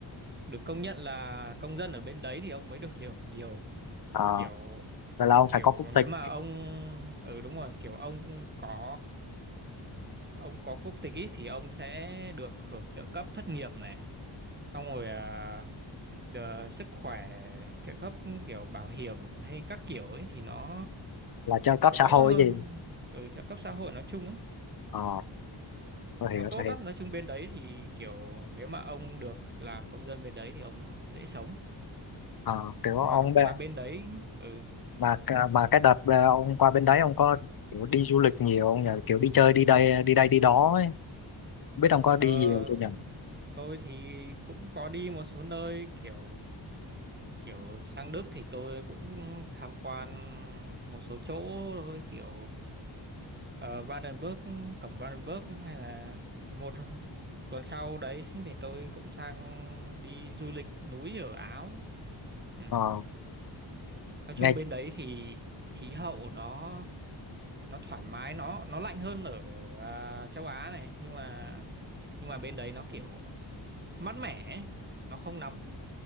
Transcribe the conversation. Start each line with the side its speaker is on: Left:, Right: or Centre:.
Right: được công nhận là công dân ở bên đấy thì ông mới được hưởng nhiều
Left: ờ.
Right: kiểu
Left: vậy là ông phải
Right: kiểu
Left: có quốc
Right: nếu
Left: tịch
Right: mà ông ừ đúng rồi kiểu ông có ông có quốc tịch ý, thì ông sẽ được hưởng trợ cấp thất nghiệp này xong rồi à, đờ- sức khỏe trợ cấp kiểu bảo hiểm hay các kiểu ấy thì nó
Left: là trợ cấp
Right: nó
Left: xã
Right: đỡ
Left: hội
Right: hơn
Left: gì
Right: ừ trợ cấp xã hội nói chung ấy
Left: ờ tôi
Right: nó
Left: hiểu
Right: tốt
Left: tôi
Right: lắm
Left: hiểu
Right: nói chung bên đấy thì kiểu nếu mà ông được làm công dân bên đấy thì ông dễ sống
Left: ờ, kiểu ông
Right: mà
Left: bê-
Right: mà bên đấy ừ,
Left: mà c- mà cái đợt ờ, ông qua bên đấy ông có kiểu đi du lịch nhiều không nhỉ kiểu đi chơi đi đây đi đây đi đó ấy. Không biết ông có đi
Right: ờ,
Left: nhiều chưa nhỉ
Right: tôi thì cũng có đi một số nơi kiểu kiểu sang Đức thì tôi cũng tham quan một số chỗ thôi kiểu ở Brandenburg cổng Brandenburg hay là một tuần sau đấy thì tôi cũng sang đi du lịch núi ở Áo ừ.
Left: ờ
Right: Nói
Left: nghe
Right: chung bên đấy thì khí hậu nó nó thoải mái nó nó lạnh hơn ở à, châu Á này nhưng mà nhưng mà bên đấy nó kiểu mát mẻ ấy. nó không nóng